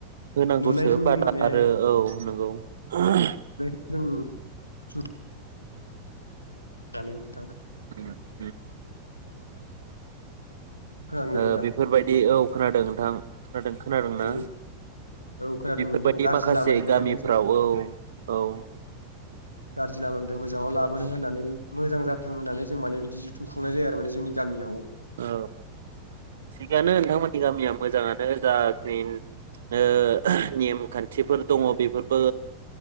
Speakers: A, on the right; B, on the left.
A: होनांगौसो
B: नुनायखौ
A: बारा
B: जों माने
A: आरो औ नंगौ। <unintelligible>
B: ओम <unintelligible> <unintelligible>
A: <unintelligible>
B: खोनादोंना
A: ओ
B: नोंथां
A: बेफोरबादि औ खोनादों नोंथां। खोनादों खोनादोंना
B: औ औ खोनादों
A: बेफोरबायाददि
B: नोंथां गाज्रि
A: माखासे
B: लामानिफ्राय
A: गामिफ्राव
B: माने जों
A: औ औ।
B: गाज्रि लामानिफ्राय मोजाङाव लाबोनो होननानै मोजां जाथों होननानै जों माने बिदि जुथुम खुंनाय जायो आरो माने जोंनि गामियाव
A: औ। थिगानो नोंथांमोननि गामिया मोजाङानो जाखिनि ओ नेमखान्थिफोर दङ बेफोरबो